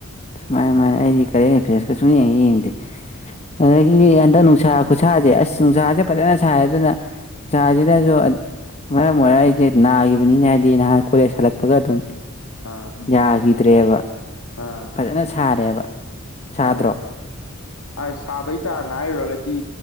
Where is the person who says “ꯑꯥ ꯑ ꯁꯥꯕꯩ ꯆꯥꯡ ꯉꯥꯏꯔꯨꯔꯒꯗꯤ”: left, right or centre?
Left